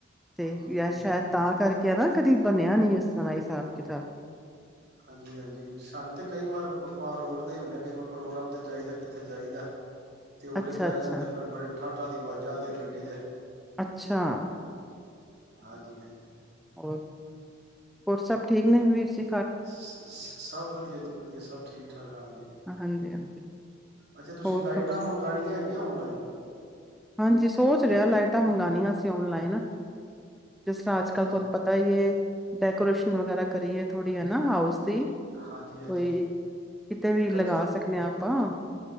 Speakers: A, in the centre; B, on the right.
A: ਤੇ
B: ਹਮ
A: ਯਾਰ ਸ਼ਾਇਦ ਤਾਂ ਕਰਕੇ ਕਹਿਣਾ ਕਦੀ ਬਣਿਆ ਨ ਇਸ ਤਰ ਦਾ ਹਿਸਾਬ ਕਿਤਾਬ
B: ਹਾਂਜੀ ਹਾਂਜੀ ਸਾਨੂੰ ਤੇ ਕਈ ਵਾਰ ਆਪਾਂ ਰੋਡ ਹੀ ਹੁੰਦੇ ਕਈ ਵਾਰ ਪ੍ਰੋਗਰਾਮ ਤੇ ਜਾਈਦਾ ਕਿੱਥੇ ਜਾਈਦਾ ਤੇ ਓਲੇ
A: ਅੱਛਾ-ਅੱਛਾ,
B: ਪੈ ਜਾਣ ਤੇ ਫਿਰ ਬੜੀ ਠਾਂ ਠਾਂ ਦੀਆਂ ਆਵਾਜ਼ਾਂ ਆਉਂਦੀਆਂ ਗੱਡੀ ਦੇ
A: ਅੱਛਾ,
B: ਹਾਂਜੀ ਹਾਂਜੀ
A: ਹੋਰ, ਹੋਰ ਸਭ ਠੀਕ ਨੇ ਵੀਰ ਸੀ
B: ਸਭ ਵਧੀਆ ਜੀ ਵਧੀਆ ਸਭ ਠੀਕ ਠਾਕ ਅੱਛਾ ਹਾਂ ਜ
A: ਹਾਂਜੀ-ਹਾਂਜੀ,
B: ਅੱਛਾ ਤੁਸੀਂ
A: ਹੋਰ
B: ਲਾਈਟਾਂ
A: ਕੁਛ?
B: ਮੰਗਉਣੀਆਂ ਹੈਗੀਆਂ ਓਨਲਾਈਨ
A: ਹਾਂਜੀ ਸੋਚ ਰਿਹਾ ਲਾਈਟਾਂ ਮੰਗਉਣੀਆਂ ਅਸੀ ਓਨਲਾਈਨ ਜਿਸ ਤਰ੍ਹਾਂ ਅੱਜ ਕੱਲ
B: ਹਾਂ
A: ਤੁਹਾਨੂੰ ਪਤਾ ਹੀ ਡੈਕੋਰੇਸ਼ਨ ਵਗੈਰਾ ਕਰੀਏ ਥੋੜ੍ਹੀ ਹੈਾ ਹਾਊਸ ਅਸੀ ਕੋਈ
B: ਹਾਂਜੀ ਹਾਂਜੀ
A: ਕਿਤੇ ਵੀ
B: ਕੰ
A: ਲਗਾ ਸਕਦੇ ਹਾਂ ਆਪ ਤਾਂ